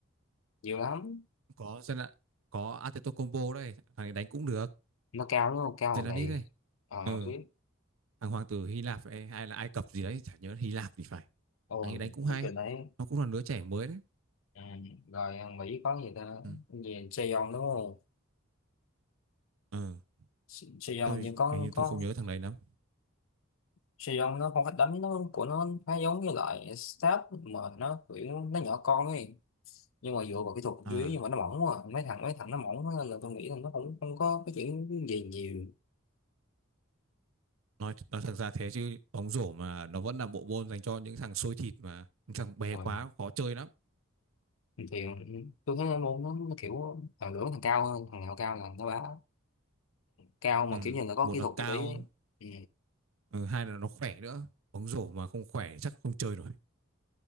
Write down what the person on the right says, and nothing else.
có Zela- có Antetokounmpo đây thằng ấy đánh cũng được
Zelani
đây
ừ.
thằng hoàng tử Hy Lạp hay, hay là Ai Cập gì đấy chả nhớ Hy Lạp thì phải
thằng ấy đánh cũng
hay
nó cũng là đứa trẻ mới đấy
ừ.
ừ.
tôi
hình như
tôi không nhớ thằng đấy lắm
à
nói nói thật ra thế chứ bóng rổ mà nó vẫn là bộ môn dành cho những thằng xôi thịt mà những thằng bé
quá khó chơi lắm
ừ.
một
là
cao
ừ, hai là nó khỏe nữa bóng rổ mà không khỏe chắc không chơi nổi